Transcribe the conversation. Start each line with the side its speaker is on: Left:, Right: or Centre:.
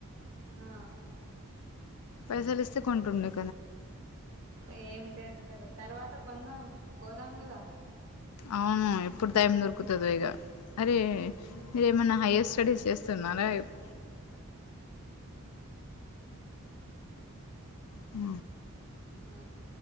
Right: ఆ
Left: పైసలు ఇస్తే కొంటుండె
Right: ఏం చేస్తారు తర్వాత కొందాం పోదాం కదా
Left: అవును ఎప్పుడు టైం దొరుకుతదొ ఇగ అరే మీరేమన్నా హైయర్ స్టడీస్ చేస్తున్నారా ఇప్ ఆ
Right: ఆ